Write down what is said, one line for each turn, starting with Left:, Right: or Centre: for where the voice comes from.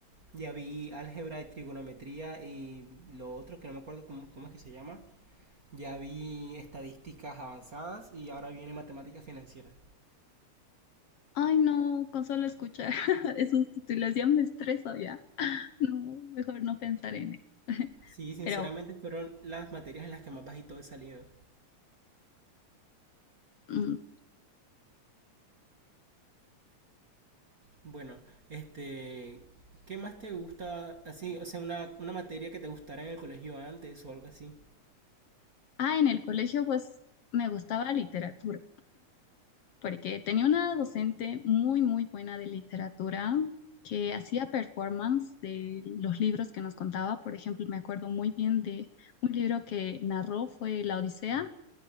Right: Ya vi álgebra y trigonometría y lo otro que no me acuerdo cómo, cómo es que se llama. Ya vi estadísticas avanzadas y ahora viene matemática financiera.
Left: Ay, no, con solo escuchar <laughs> esos títulos ya me estreso ya. No, mejor no pensar en eso. <laughs>
Right: Sí, sinceramente
Left: Pero,
Right: fueron las materias en las que más bajito he salido.
Left: mm,
Right: Bueno, este, ¿qué más te gusta así? O sea, una, una materia que te gustara en el colegio antes o algo así.
Left: ah, en el colegio pues me gustaba literatura. porque tenía una docente muy, muy buena de literatura que hacía performance de los libros que nos contaba. Por ejemplo, me acuerdo muy bien de un libro que narró fue La Odisea.